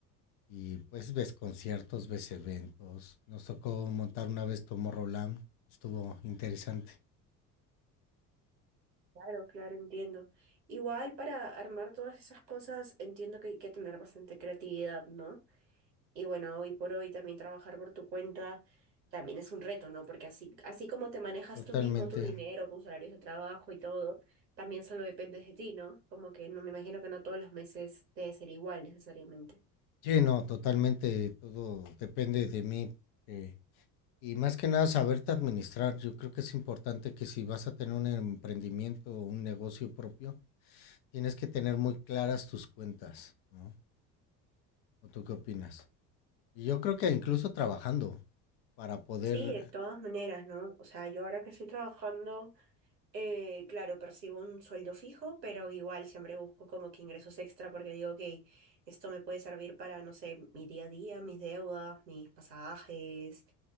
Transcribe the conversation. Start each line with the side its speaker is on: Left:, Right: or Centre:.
Left: Y pues ves conciertos, ves eventos. Nos tocó montar una vez Tomorrowland. Estuvo interesante.
Right: Claro, claro, entiendo. Igual para armar todas esas cosas entiendo que hay que tener bastante creatividad, ¿no? Y bueno, hoy por hoy también trabajar por tu cuenta también es un reto, ¿no? Porque así, así como te manejas
Left: Totalmente.
Right: tú mismo tu dinero, tus horarios de trabajo y todo, también solo dependes de ti, ¿no? Como que no me imagino que no todos los meses debe ser igual necesariamente.
Left: Sí, no, totalmente. Todo depende de mí. eh, y más que nada saberte administrar. Yo creo que es importante que si vas a tener un emprendimiento o un negocio propio, tienes que tener muy claras tus cuentas, ¿no? ¿O tú qué opinas? Y yo creo que incluso trabajando para poder...
Right: Sí, de todas maneras, ¿no? O sea, yo ahora que estoy trabajando Eh, claro, percibo un sueldo fijo, pero igual siempre busco como que ingresos extra porque digo, ok, esto me puede servir para, no sé, mi día a día, mis deudas, mis pasajes,